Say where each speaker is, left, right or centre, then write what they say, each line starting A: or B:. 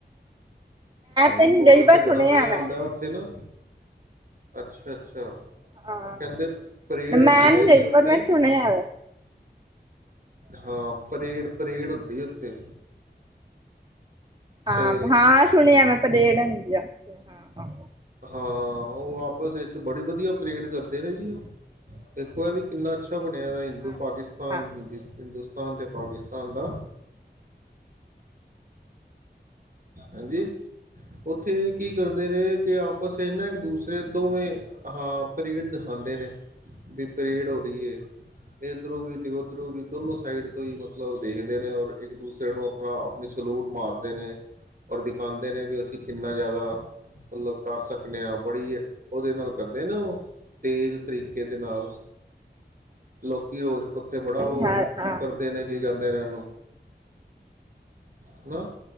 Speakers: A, on the right; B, on the right.
A: ਨਹੀਂ
B: ਤੇ ਨੀ
A: ਬੋਡਰ
B: ਰਹੀ ਪਰ
A: ਤੇ
B: ਸੁਣਿਆ
A: ਬੜਾ ਮਜ਼ਾ
B: ਮੈਂ
A: ਆਉਂਦਾ ਉੱਥੇ ਨਾ ਅੱਛਾ ਅੱਛਾ
B: ਹਾਂ
A: ਕਹਿੰਦੇ ਪਰੇਡ ਹੁੰਦੀ
B: ਮੈਂ ਨੀ
A: ਹੈਗੀ
B: ਰਹੀ
A: ਉੱਥੇ
B: ਪਰ ਮੈਂ ਸੁਣਿਆ ਆ ਵ
A: ਹਾਂ ਪਰੇਡ ਪਰੇਡ ਹ ਤੀ ਉੱਥੇ
B: ਹਾਂ
A: ਤੇ
B: ਹਾਂ ਸੁਣਿਆ ਮੈਂ ਆਪ ਦੇੜ ਹਾਂ
A: ਹਾਂ ਉਹ ਆਪਸ ਵਿੱਚ ਬੜੀ ਵਧੀਆ ਪਰੇਡ ਕਰਦੇ ਨੇ ਜੀ। ਉਹ ਦੇਖੋ ਹੈ ਵੀ ਕਿੰਨਾ ਅੱਛਾ ਬਣਿਆ ਦਾ ਹਿੰਦੂ
B: ਹਾਂ
A: ਪਾਕਿਸਤਾਨ ਹਿੰਦੁਸਤਾਨ ਹਿੰਦੂਸਤਾਨ ਤੇ ਪਾਕਿਸਤਾਨ ਦਾ ਹਾਂਜੀ ਉੱਥੇ ਕੀ ਕਰਦੇ ਨੇ ਕਿ ਆਪਸ ਨਾ ਇੱਕ ਦੂਸਰੇ ਦੋਵੇਂ ਹਾਂ ਪਰੇਡ ਦਿਖਾਉਂਦੇ ਨੇ। ਵੀ ਪਰੇਡ ਹੋ ਰਹੀ ਹੈ, ਇਧਰੋਂ ਵੀ ਤੇ ਓਧਰੋਂ ਵੀ ਦੋਨੋ ਸਾਈਡ ਤੋਂ ਹੀ ਮਤਲਬ ਦੇਖਦੇ ਨੇ ਔਰ ਇੱਕ ਦੂਸਰੇ ਨੂੰ ਆਪਣਾ ਆਪਣੀ ਸਲੂਟ। ਮਾਰਦੇ ਨੇ। ਔਰ ਦਿਖਾਉਂਦੇ ਨੇ ਵੀ ਅਸੀਂ ਕਿੰਨਾ ਜ਼ਿਆਦਾ ਮਤਲਬ ਕਰ ਸਕਦੇ ਹਾਂ ਬੜੀ ਉਹਦੇ ਨਾਲ ਕਰਦੇ ਨੇ ਉਹ ਤੇਜ਼ ਤਰੀਕੇ ਦੇ ਨਾਲ ਲੋਕ ਕੀ ਰੋਜ਼ ਓ ਓਥੇ ਬੜਾ ਉਹ
B: ਅੱਛਾ ਅੱਛਾ
A: ਕਰਦੇ ਨੇ ਕੀ ਜਾਂਦੇ ਨੇ ਦ <unintelligible> ਨਾ